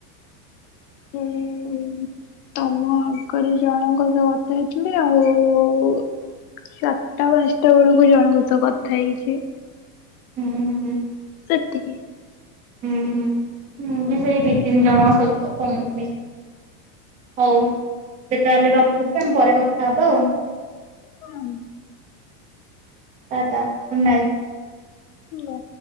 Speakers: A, on the left (about 70°); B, on the right (about 20°).
A: ହୁଁ। ଅଙ୍କଲ୍ ଜଣଙ୍କ ସହ କଥା ହେଇଥିଲି ଆଉ ଚାର୍ ଟା ପାଞ୍ଚଟା ବେଳକୁ ଜଣକ ସହ କଥା ହେଇଚି।
B: ହୁଁ ହୁଁ।
A: ସେତିକି।
B: ହୁଁ ହୁଁ ମୁଁ ବି ସେଇ ଦି ତିନି ଜଣଙ୍କ ସହିତ ତମକୁ ମି ହୋଉ ଏବେ ତାହେଲେ ରଖୁଚି ଆମେ ପରେ କଥା ହବା ଆଉ।
A: କନ୍
B: ଟା ଟା ଗୁଡ୍ ନାଇଟ୍।
A: ହୁଁ।